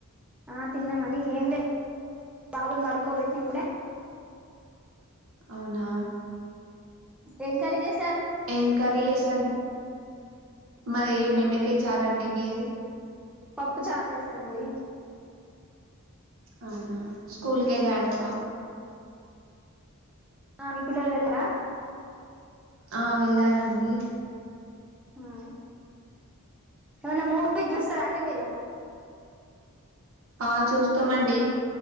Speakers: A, in the centre; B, on the right.
A: ఆ తిన్నామండి ఏం లే బాబన్ పడుకోదా ఇప్పుడే
B: అవునా
A: ఏం కర్రీ చేశారు
B: ఏం కర్రీ చేసారండి మది బెండకాయ చారాండి మీది
A: పప్పు చార్ చేసానండి
B: అవునా స్కూల్కి వెళ్లా ఆడపా
A: మీ పిల్లలు వెళ్ళరా
B: ఆ వెళ్ళారండి
A: ఆ ఏమైన్నా మూవీ చూస్తారా అండి మీరు
B: ఆ చూస్తామండి